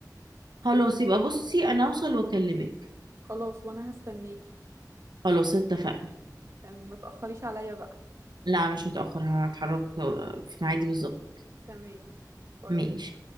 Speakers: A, on the right; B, on the right.
A: خلاص يبقى بصي انا اوصل واكلمك
B: خلاص وانا هستناكي
A: خلاص اتفقنا
B: تمام ما تأخريش عليا بقى
A: لا مش هتأخر هتحرك في ميعادي بالظبط
B: تمام باي
A: ماشي
B: باي